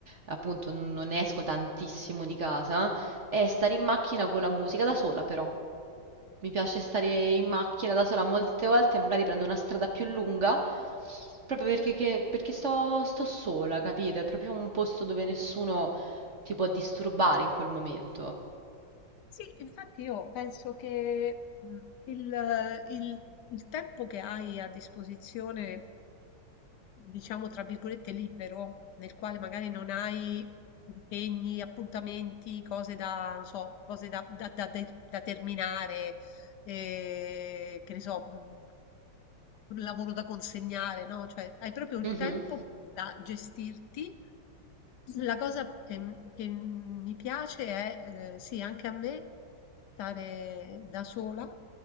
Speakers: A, on the right; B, on the left.
A: appunto n- non esco tantissimo di casa, è stare in macchina con la musica da sola però. Mi piace stare in macchina da sola molte volte, magari prendo una strada più lunga, proprio perché, che- perché sto, sto sola, capito? È proprio un posto dove nessuno ti può disturbare in quel momento.
B: Sì, infatti io penso che mm, il, il- il tempo che hai a disposizione, diciamo tra virgolette, libero, nel quale magari non hai impegni, appuntamenti, cose da, non so, cose da, da- da- da- da terminare, e che ne so, mh, un lavoro da consegnare, no? Cioè, hai proprio il
A: Mhm,
B: tempo da gestirti. La cosa che, m- che mi piace è, eh, sì, anche a me, stare da sola,